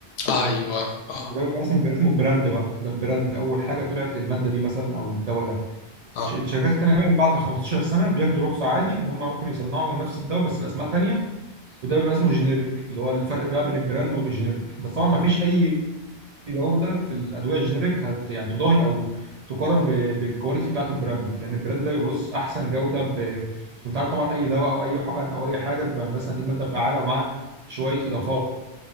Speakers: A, on the left; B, on the right.
A: أيوه أه
B: وده بيبقى اسمه بيبقى اسمه براند بقى ده البراند اول حاجه طلعت للماده دي مثلا او الدواء ده
A: أه
B: الش- الشركات التانيه بقى بعد ال 15 سنه بياخدوا رخصه عادي ان هم ممكن يصنعوا نفس الدواء بس باسماء تانيه وده بيبقى اسمه جينيريك اللي هو الفرق بقى بين البراند والجينيريك بس طبعا ما فيش اي جوده في الادويه الجينيريك هت يعني تضاهي او تقارن ب- بالكواليتي بتاعت البراند لان البراند ده بيبص احسن جوده ب... انت عارف طبعا اي دواء او اي حقن او اي حاجه بيبقى مثلا ايه ماده فعاله ومعاه شويه اضافات